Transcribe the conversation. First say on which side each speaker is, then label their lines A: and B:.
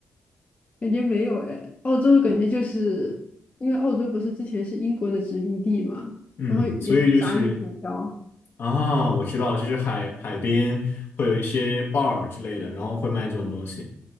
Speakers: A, on the left; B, on the left.
A: 感觉没有哎，澳洲感觉就是因为澳洲不是之前是英国的殖民地嘛，
B: 嗯，
A: 然后也是炸鱼薯条，
B: 所以就是。啊，我知道，就是海海边会有一些 bar 之类的，然后会卖这种东西。